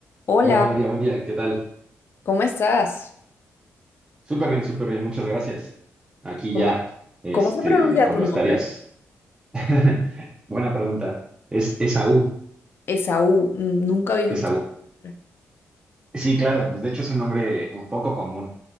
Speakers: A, on the left; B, on the right.
A: Hola,
B: Hola Valeria, buen día, ¿qué tal?
A: ¿cómo estás?
B: Súper bien, súper bien, muchas gracias. Aquí
A: ¿Cómo,
B: ya, este,
A: cómo se pronuncia
B: con
A: tu
B: las
A: nombre?
B: tareas. <laughs> Buena pregunta. Es Esaú,
A: Esaú, mm, nunca había escuchado.
B: Esaú.
A: el nombre.
B: Sí, claro, pues de hecho es un nombre un poco común.